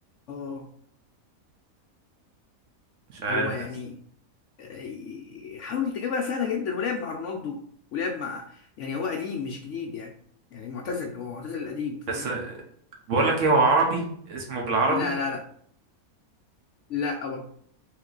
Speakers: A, on the left; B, on the right.
A: اه
B: مش عارف
A: هو يعني
B: بس
A: آه، حاول تجيبها سهلة جدا ولعب مع رونالدو ولعب مع يعني هو قديم مش جديد يعني يعني معتزل هو معتزل قديم فاهم
B: بس بقول لك إيه هو عربي اسمه بالعربي
A: لا لا لا لا برضه